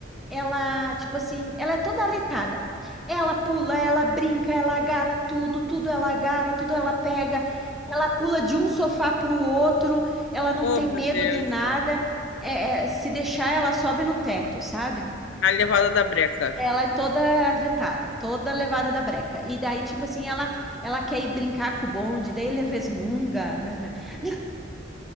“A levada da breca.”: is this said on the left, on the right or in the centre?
Left